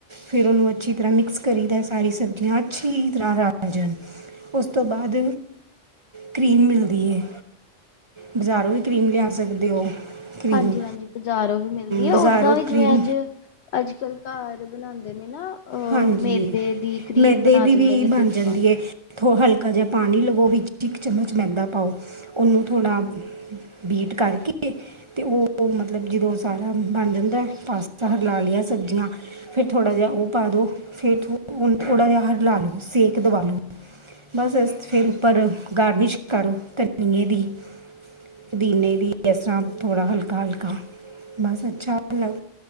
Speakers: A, on the right; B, on the left.
A: ਫਿਰ ਉਹਨੂੰ ਅੱਛੀ ਤਰ੍ਹਾਂ ਮਿਕਸ ਕਰੀ ਦਾ ਸਾਰੀ ਸਬਜ਼ੀਆਂ ਅੱਛੀ ਤਰ੍ਹਾਂ ਰਾਜਣ ਉਸ ਤੋਂ ਬਾਅਦ ਕਰੀਮ ਮਿਲਦੀ ਹੈ ਬਜ਼ਾਰੋਂ ਵੀ ਕਰੀਮ ਲਿਆ ਸਕਦੇ ਹੋ ਕਰੀਮ
B: ਹਾਂਜੀ ਹਾਂਜੀ ਬਜ਼ਾਰੋਂ ਵੀ ਮਿਲਦੀ ਹੈ
A: ਬਾਜ਼ਾਰੋਂ
B: ਉਓਦਾਂ ਵੀ ਜਿਵੇਂ
A: ਕਰੀਮ
B: ਅੱਜ ਅੱਜ ਕੱਲ੍ ਘਰ ਬਣਾਉਂਦੇ ਨੇ ਨਾ ਅਹ
A: ਹਾਂਜੀ
B: ਮੇਦੇ ਦੀ ਕਰੀਮ
A: ਮੈਦੇ
B: ਬਣਾ
A: ਦੀ ਵੀ
B: ਦਿੰਦੇ ਨੇ
A: ਬਣ
B: ਦੁੱਧ
A: ਜਾਂਦੀ
B: ਪਾ ਕੇ
A: ਹੈ। ਥੋ ਹਲਕਾ ਜਿਹਾ ਪਾਣੀ ਲਵੋ ਵਿੱਚ ਇੱਕ ਚਮਚ ਮੈਦਾ ਪਾਓ? ਉਹਨੂੰ ਥੋੜ੍ਹਾ
B: ਹਮ
A: ਬੀਟ? ਕਰਕੇ ਅਤੇ ਉਹ ਮਤਲਬ ਜਦੋਂ ਸਾਰਾ ਬਣ ਜਾਂਦਾ ਪਾਸਤਾ ਹਿਲਾ ਲਿਆ ਸਬਜ਼ੀਆਂ ਫਿਰ ਥੋੜ੍ਹਾ ਜਿਹਾ ਉਹ? ਪਾ ਦਉ ਫਿਰ ਉਹਨੂੰ ਥੋੜ੍ਹਾ ਜਿਹਾ ਹਲਾ ਲਓ ਸੇਕ ਦਵਾ ਲਓ? ਬਸ ਇਸ ਚ ਫਿਰ
B: ਅੱਛਾ
A: ਉੱਪਰ‌ ਗਾਰਨਿਸ਼ ਕਰੋ ਧਨੀਆਂ ਦੀ, ਪੁਦੀਨੇ ਦੀ। ਇਸ ਤਰ੍ਹਾਂ
B: ਹਮ
A: ਥੋੜਾ ਹਲਕਾ ਹਲਕਾ। ਕਰ ਬਸ ਅੱਛਾ ਅ